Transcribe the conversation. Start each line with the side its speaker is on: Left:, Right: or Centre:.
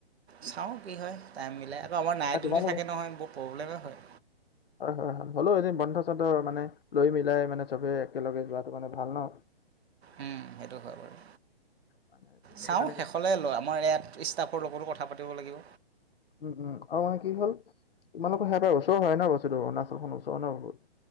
Right: চাওঁ কি হয় টাইম মিলাই আকৌ আমাৰ নাইট
Left: আৰু
Right: ডিউটি
Left: তোমালোক
Right: থাকে নহয় বহু প্ৰব্লেমেই হয়।
Left: <inaudible> হয় হয় হয়, হ'লেও এদিন বন্ধ-চন্ধ মানে লৈ মিলাই মানে চবে একেলগে যোৱাটো মানে ভাল ন। হ।
Right: উম উ উ, সেইটো হয় বাৰু
Left: মানে তুমি
Right: চাওঁ
Left: মানে
Right: শেষলৈ লওঁ আমাৰ ইয়াত ষ্টাফৰ লগতো কথা পাতিব লাগিব।
Left: উম উম, আৰু মানে কি হ'ল তোমালোকৰ সেয়াৰ পৰা ওচৰ হয় ন বস্তুটো নাচলখনৰ ওচৰ ন বহুত।